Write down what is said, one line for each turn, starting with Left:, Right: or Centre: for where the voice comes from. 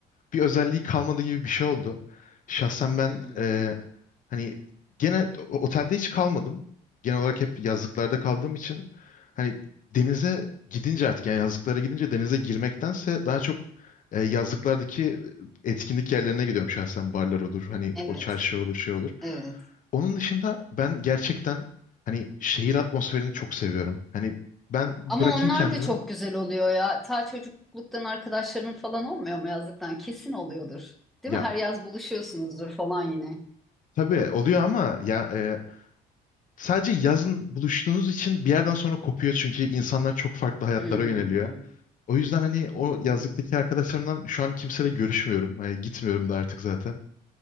Left: bir özelliği kalmadı gibi bir şey oldu. Şahsen ben
Centre: Hmm,
Left: Hani gene o- otelde hiç kalmadım. Genel olarak hep yazlıklarda kaldığım için hani denize gidince artık yani yazlıklara gidince denize girmektense daha çok e, yazlıklardaki etkinlik yerlerine gidiyorum şahsen barlar olur hani
Centre: Evet,
Left: o çarşı olur şey olur.
Centre: evet.
Left: Onun dışında ben gerçekten hani şehir atmosferini çok seviyorum. Hani ben bırakayım
Centre: Ama onlar
Left: kendimi
Centre: da çok güzel oluyor ya. Ta çocukluktan arkadaşların falan olmuyor mu yazlıktan? Kesin oluyordur. Değil
Left: ya
Centre: mi? Her yaz buluşuyorsunuzdur falan yine.
Left: tabii oluyor ama ya e, sadece yazın buluştuğunuz için bir yerden sonra kopuyor çünkü insanlar çok farklı hayatlara
Centre: Hmm,
Left: yöneliyor. O yüzden hani o
Centre: hı hı,
Left: yazlıktaki arkadaşlarımdan şu an kimseyle görüşmüyorum. Hani gitmiyorum da artık zaten.